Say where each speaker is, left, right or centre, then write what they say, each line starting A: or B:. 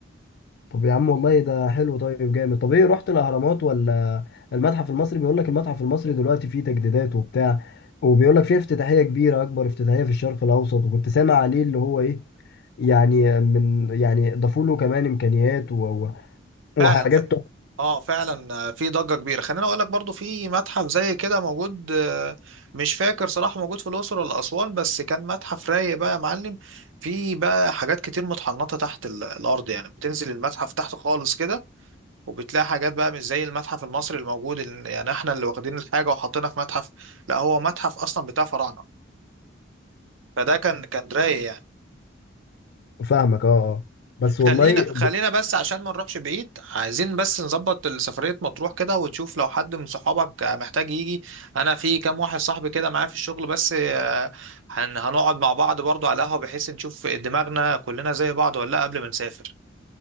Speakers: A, on the left (about 60°); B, on the right (about 75°).
A: طب يا عم والله ده حلو طيب جامد طب ايه رحت الاهرامات ولا المتحف المصري بيقول لك المتحف المصري دلوقتي فيه تجديدات وبتاع وبيقول لك فيه افتتاحية كبيرة اكبر افتتاحية في الشرق الاوسط وكنت سامع عليه اللي هو ايه يعني من يعني ضافوا له كمان امكانيات و...
B: فعلا
A: وحاجات
B: ف... اه فعلا آه، في ضجة كبيرة خليني اقول لك برضو في متحف زي كده موجود آه، مش فاكر صراحة موجود في الأقصر ولا أسوان بس كان متحف رايق بقى يا معلم في بقى حاجات كتير متحنطة تحت ال- الأرض يعني بتنزل المتحف تحت خالص كده وبتلاقي حاجات بقى مش زي المتحف المصري الموجود ال- يعني احنا اللي واخدين الحاجة وحاطينها في متحف لا هو متحف أصلا بتاع فراعنة فده كان كان رايق يعني
A: فاهمك اه اه بس والله
B: خلينا خلينا
A: ب-
B: بس عشان ما نروحش بعيد عايزين بس نظبط سفرية مطروح كده وتشوف لو حد من صحابك محتاج يجي انا في كام واحد صاحبي كده معايا في الشغل بس آه، هن هنقعد مع بعض برضو على قهوة بحيث نشوف دماغنا كلنا زي بعض ولا لا قبل ما نسافر